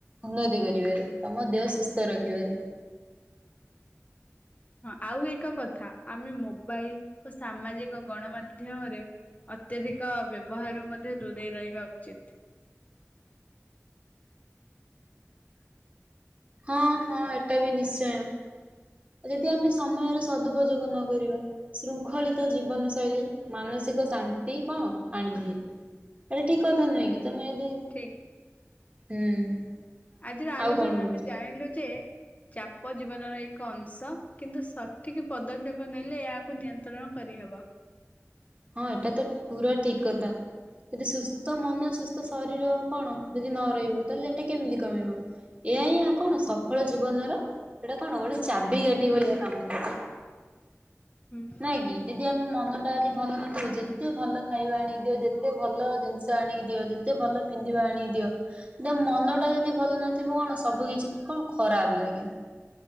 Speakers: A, on the right; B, on the left.
A: ଉନ୍ନତି କରିବାରେ ତମ ଦେହ ସୁସ୍ଥ ରଖିବାରେ।
B: ହଁ ଆଉ ଏକ କଥା ଆମେ ମୋବାଇଲ ଓ ସାମାଜିକ ଗଣମାଧ୍ୟମରେ। ଅତ୍ୟଧିକ ବ୍ୟବହାର ମଧ୍ୟ ଦୂରେଇ ରହିବା ଉଚିତ୍।
A: ହଁ ହଁ ଏଟା ବି ନିଶ୍ଚୟ। ଯଦି ଆମେ ସମୟର ସଦୁପଯୋଗ ନ କରିବା। ଶୃଙ୍ଖଳିତ ଜୀବନ ଶୈଳୀ ମାନସିକ ଶାନ୍ତି କଣ ଆଣିଦିଏ। ଏଇଟା ଠିକ କଥା ନୁହଁ କି ତମେ ଯଦି।
B: ଠିକ୍।
A: ହୁଁ।
B: ଆଜିର ଆଲୋଚନା
A: ଆଉ କଣ
B: ରେ
A: କହୁଛ
B: ଆମେ ଜାଣିଲୁ ଯେ‌। ଚାପ ଜୀବନର ଏକ ଅଂଶ କିନ୍ତୁ ସଠିକ ପଦକ୍ଷେପ ନେଲେ ଏହାକୁ ନିୟନ୍ତ୍ରଣ କରିହେବ।
A: ହଁ ଏଟା ତ ପୁରା ଠିକ କଥା। ଯଦି ସୁସ୍ଥ ମନ ସୁସ୍ଥ ଶରୀର କଣ ଯଦି ନ ରହିବ ତାହେଲେ ଏଇଟା କେମିତି କମେଇବ। ଏୟା ହିଁ ଆ କଣ ସଫଳ ଜୀବନର ଏଇଟା କଣ ଗୋଟେ ଚାବି କାଠି ଭଳିଆ କାମ କରେ।
B: ହୁଁ।
A: ନା କି ଯଦି ଆମ ମନଟା ଯଦି ଭଲ ନଥିବ ଯେତେ ଭଲ ଖାଇବା ଆଣିକି ଦିଅ ଯେତେ ଭଲ ଜିନିଷ ଆଣିକି ଦିଅ ଯେ ଯେତେ ଭଲ ପିନ୍ଧିବା ଆଣିକି ଦିଅ। ତମ ମନ ଟା ଯଦି ଭଲ ନଥିବ କଣ ସବୁ କିଛି କଣ ଖରାପ ଲାଗେ।